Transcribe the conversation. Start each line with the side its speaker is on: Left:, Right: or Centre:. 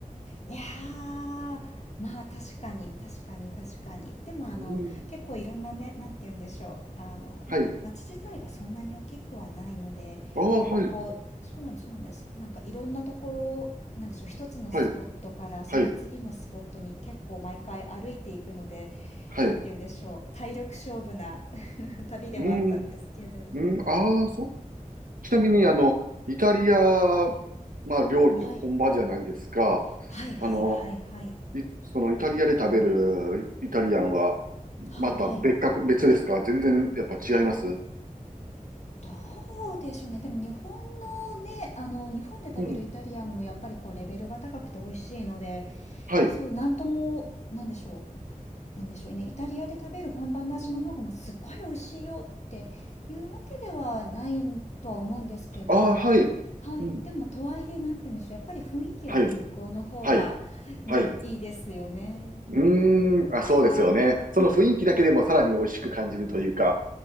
Left: いやー、まあ確かに、確かに確かに。でもあの、
Right: うーん。
Left: 結構いろんなね、なんて言うんでしょう。あの、
Right: はい。
Left: まあ街自体がそんなに大きくはないので、
Right: ああ、
Left: 結構こう、
Right: はい。
Left: そうなんです、そうなんです。なんかいろんなところ、なんでしょう、一つのスポットからその次のスポットに結構毎回歩いていくので、
Right: はい。はい。はい。
Left: なんて言うんでしょう、
Right: う
Left: 体力勝負な <laughs> 旅でもあったんですけれども。
Right: ん。うーん。ああ、そう。ちなみに、あの、イタリア、まあ、料理の本場じゃないですか。
Left: はい。はいはいはいはい。
Right: あの、いそのイタリアで食べるイイタリアンは、
Left: はいはい。
Right: また別格、別ですか全然やっぱ違います
Left: どうでしょうね。でも日本のね、あの、日本で食べるイタリアンもやっぱりこうレベルが高くて美味しいので、
Right: うん。はい。
Left: そう、なんとも、なんでしょう。なんでしょうね。イタリアで食べる本場の味の方が、まあ、すっごい美味しいよっていうわけではないとは思うんですけど、
Right: ああ、はい。
Left: はい。
Right: うん。
Left: でも、とはいえ、なんて言うんでしょう。やっぱり雰囲気はね、
Right: はい。
Left: 向こうの方がね、
Right: はい。はい。
Left: いいですよね。
Right: うーん。あ、そうですよね。
Left: そう。
Right: その雰囲気だけでもさらに美味しく感じるというか、